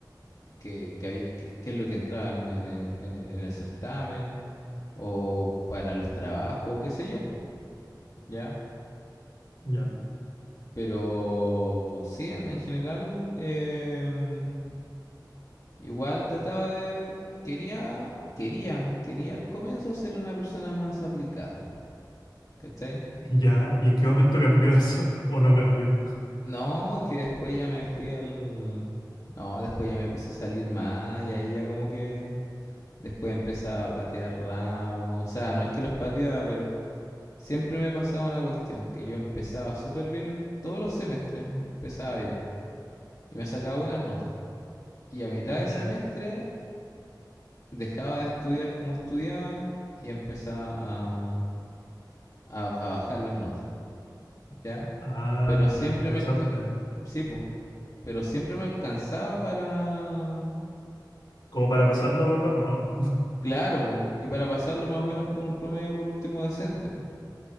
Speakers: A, on the left; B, on the left.
A: que, que habí- que- qué es lo que entraba en, en el, en- en el certamen o para los trabajos, qué sé yo, po, ¿ya?
B: ya.
A: Pero sí, en, en general, em, igual trataba de... Quería, quería, quería al comienzo ser una persona más aplicada, ¿cachai?
B: ya? ¿Y en qué momento cambió eso? <laughs> ¿O no cambió?
A: No, que después ya me fui al... No, después ya me puse a salir más y ahí ya como que después empezaba a patear ramos. O sea, no es que los pateaba, pero siempre me pasaba una cuestión, que yo empezaba súper bien todos los semestres, empezaba bien y me sacaba buenas notas. Y a mitad
B: Ya.
A: de semestre dejaba de estudiar como estudiaba y empezaba a, a- a bajar las notas, ¿ya?
B: Ah,
A: Pero siempre
B: ya, interesante.
A: me... alca- Sí, po, pero siempre me alcanzaba para...
B: Como para pasarlo, Ramo, ¿no?
A: Claro, po, y para pasarlo más o menos con un promedio por último decente, po,